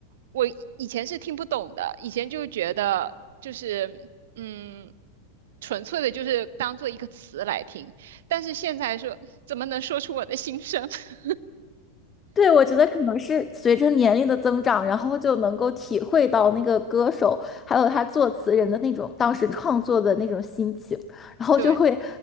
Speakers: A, on the right; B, on the left.
A: 我以以前是听不懂的，以前就觉得就是嗯，纯粹的就是当做一个词来听，但是现在说怎么能说出我的心声？<laughs>
B: 对，我觉得可能是随着年龄的增长，然后就能够体会到那个歌手还有他作词人的那种当时创作的那种心情，然后就会
A: 对。